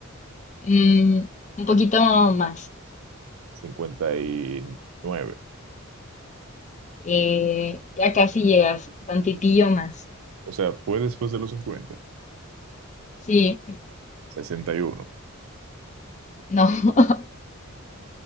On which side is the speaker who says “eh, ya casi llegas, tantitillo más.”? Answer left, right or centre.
Left